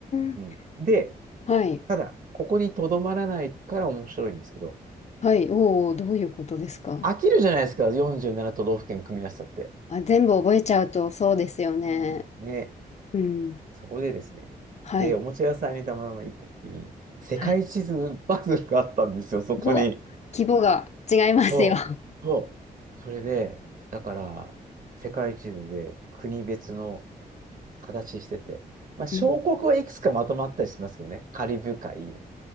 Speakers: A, on the left; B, on the right.
A: ん。
B: うん、で、
A: はい。
B: ただ、ここにとどまらないから面白いんですけど、
A: はい。おお、どういうことですか
B: 飽きるじゃないですか、47都道府県組み合わせたって。
A: あ、全部覚えちゃうとそうですよね。
B: うんね。
A: うん。
B: そこでですね、
A: はい。
B: で、おもちゃ屋さんにたまたま行った時に、世界地図パズルがあったんですよ、
A: はい。
B: そこに。
A: うわ、規模が違いますよ。
B: そう、そう。それで、だから、世界地図で国別の形してて、まあ、小国はいくつかまとまったりしますけどね、
A: うん
B: カリブ海の。